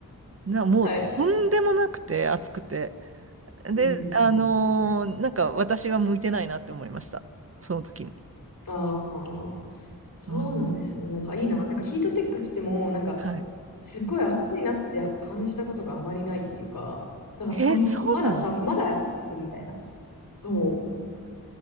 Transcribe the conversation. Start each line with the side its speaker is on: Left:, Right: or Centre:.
Right: な、もうとんでもなくて暑くて。
Left: はい。
Right: で、
Left: うんうんうん。
Right: あのーなんか私は向いてないなって思いました。その時に。
Left: ああ、そうなんですね。
Right: うん。
Left: なんかいいな。なんかヒートテック着ても、なんか
Right: はい。
Left: すっごい暑いなって感じたことがあまりないっていうか、なんかさ、
Right: えーそうなんです。
Left: まださ、まだみたいな。そう。